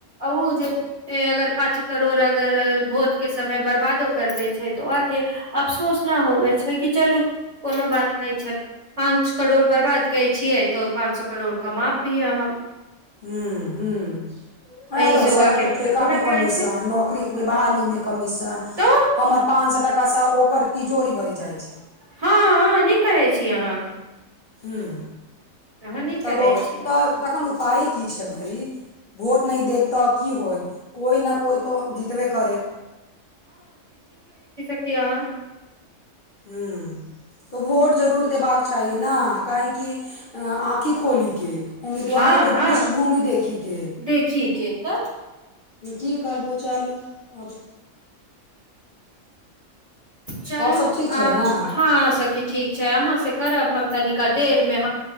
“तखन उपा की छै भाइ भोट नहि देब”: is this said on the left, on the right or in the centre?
Left